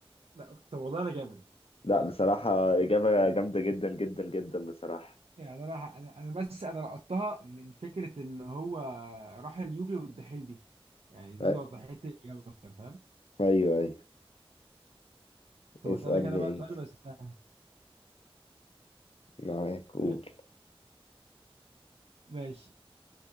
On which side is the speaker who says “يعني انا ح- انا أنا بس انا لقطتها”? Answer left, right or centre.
Right